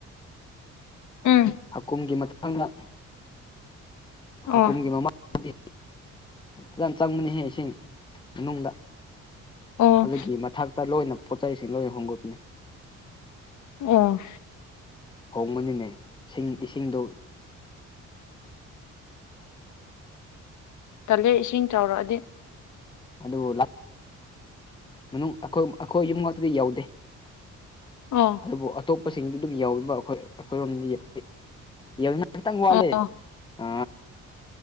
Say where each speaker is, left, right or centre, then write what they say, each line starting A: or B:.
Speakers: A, on the left (about 75°); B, on the left (about 15°).
A: ꯎꯝ
B: ꯍꯥꯀꯨꯝꯒꯤ ꯃꯇꯥꯡꯅ
A: ꯑꯣ
B: ꯍꯥꯀꯨꯝꯒꯤ ꯃꯃꯥꯡ ꯗꯤ ꯅꯪ ꯆꯪꯕꯅꯤꯍꯦ ꯏꯁꯤꯡ ꯃꯅꯨꯡꯗ
A: ꯑꯣ
B: ꯑꯗꯨꯒꯤ ꯃꯊꯛꯇ ꯂꯣꯏꯅ ꯄꯣꯠꯆꯩ ꯁꯤ ꯂꯣꯏ ꯍꯣꯡꯒꯠꯄꯅꯤ
A: ꯑꯣ
B: ꯍꯣꯡꯕꯅꯤꯅꯦ ꯏꯁꯤꯡ ꯏꯁꯤꯡꯗꯣ
A: ꯇꯜꯂꯦ ꯏꯁꯤꯡ ꯆꯥꯎꯔꯛꯑꯗꯤ
B: ꯑꯗꯨ <unintelligible> ꯃꯅꯨꯡ ꯑꯩꯈꯣꯏ ꯑꯩꯈꯣꯏ ꯌꯨꯝ ꯉꯥꯛꯇꯗꯤ ꯌꯧꯗꯦ
A: ꯑꯣ
B: ꯑꯗꯨꯕꯨ ꯑꯇꯣꯞꯄꯁꯤꯡꯗꯤ ꯑꯗꯨꯝ ꯌꯧꯏꯃ ꯑꯈꯣꯏ ꯑꯩꯈꯣꯏꯔꯣꯝꯅꯤ <unintelligible> ꯈꯤꯇꯪ ꯋꯥꯠꯂꯦ
A: ꯑꯣ
B: ꯑ